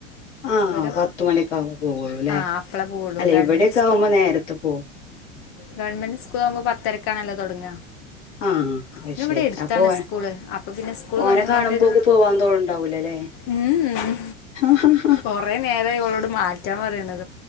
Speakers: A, on the left; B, on the left.
A: <unintelligible> ആഹ
B: ഒരു
A: പത്ത് മണിയക്കആകുമ്പോ പോവുള്ളൂല്ലേ
B: ആഹ് അപ്പളെ പോവുള്ളൂ
A: അല്ല
B: ഗവൺമെന്റ്
A: ഇവിടൊക്കെ ആകുമ്പോ നേരത്തെ പോകും <unintelligible>
B: ഗവൺമെന്റുസ്കൂൾ ആവുമ്പോ പത്തരക്കാണല്ലോ തൊടങ്ങാ
A: ആഹ് അയ്ശെരി
B: പിന്നെ ഇവിടെ എടുത്താണ്
A: അപ്പൊ
B: സ്കൂള് അപ്പൊ പിന്നെ സ്കൂൾ
A: ഓനെ
B: തുടങ്ങണേന്റെ
A: കാണുമ്പോക്കെ
B: ഒരു
A: പോവാൻതോന്ന്ണ്ടാവുല്ലാലെ
B: ഉം
A: ഹാ ഹാ
B: കൊറേ നേരായി ഓളോട് മാറ്റാൻ പറയ്ണത്